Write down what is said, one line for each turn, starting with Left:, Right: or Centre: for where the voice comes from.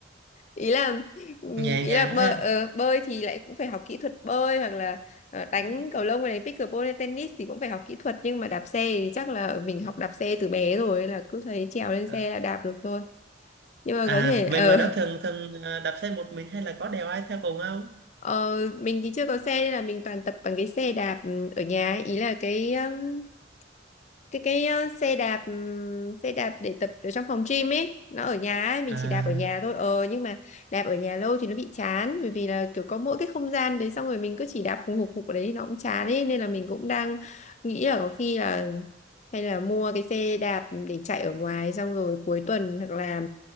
Left: Ý là ừm,
Right: nhẹ
Left: ý
Right: nhàng
Left: là bơi
Right: ha
Left: ờ, bơi thì lại cũng phải học kỹ thuật bơi hoặc là ờ, đánh
Right: Ừ.
Left: cầu lông này pickleball hay tennis thì cũng phải học kỹ thuật nhưng mà đạp xe thì chắc là mình học đạp xe từ bé rồi là cứ thấy trèo lên
Right: Ờ.
Left: xe là đạp được thôi. Nhưng mà
Right: À,
Left: có thể ở
Right: về ngoài đó thường thường à, đạp xe một mình hay là có đèo ai theo cùng không?
Left: <laughs> ờ, mình thì chưa có xe nên là mình toàn tập bằng cái xe đạp ừ, ở nhà ấy. ý là cái ừm, cái cái ờ, xe đạp ừm, xe đạp để tập ở trong phòng gym ấy nó ở nhà ấy mình
Right: À,
Left: chỉ đạp ở nhà thôi ờ nhưng mà đạp ở nhà lâu thì nó bị chán bởi vì là kiểu có mỗi cái không gian đấy xong rồi mình cứ chỉ đạp hùng hục hục ở đấy thì nó cũng chán ấy nên là mình cũng đang nghĩ là có khi là hay là mua cái xe đạp để chạy ở ngoài xong rồi cuối tuần hoặc là